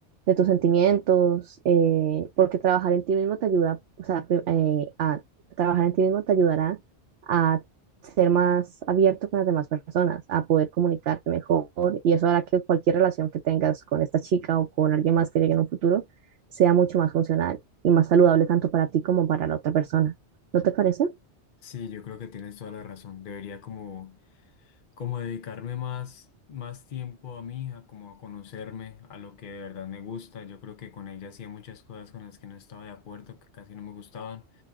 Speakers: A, on the right (about 65°); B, on the left (about 55°).
A: de tus sentimientos, eh, porque trabajar en ti mismo te ayuda, o sea, pri- eh, a trabajar en ti mismo te ayudará a ser más abierto con las demás personas, a poder comunicarte mejor y eso hará que cualquier relación que tengas con esta chica o con alguien más que llegue en un futuro sea mucho más funcional y más saludable tanto para ti como para la otra persona. ¿No te parece?
B: Sí, yo creo que tienes toda la razón. Debería como como dedicarme más, más tiempo a mi hija, como a conocerme, a lo que de verdad me gusta. Yo creo que con ella hacía muchas cosas con las que no estaba de acuerdo, que casi no me gustaban,